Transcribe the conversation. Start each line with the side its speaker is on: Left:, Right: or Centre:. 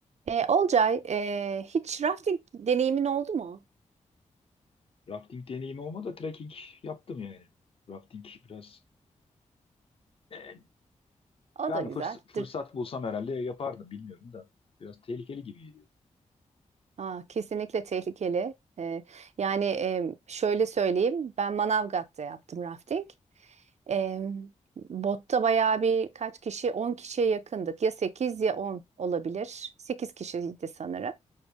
Right: E, Olcay, e, hiç rafting deneyimin oldu mu?
Left: Rafting deneyimi olmadı da trekking yaptım yani. Rafting biraz e,
Right: O
Left: yani
Right: da güzeldir.
Left: fırs- fırsat bulsam herhalde yapardım bilmiyorum da. Biraz tehlikeli gibi geliyor.
Right: Aa, kesinlikle tehlikeli. E, yani e, şöyle söyleyeyim, ben Manavgat'ta yaptım rafting. E, botta bayağı bir kaç kişi, 10 kişiye yakındık. Ya 8 ya 10 olabilir. 8 kişiydi sanırım.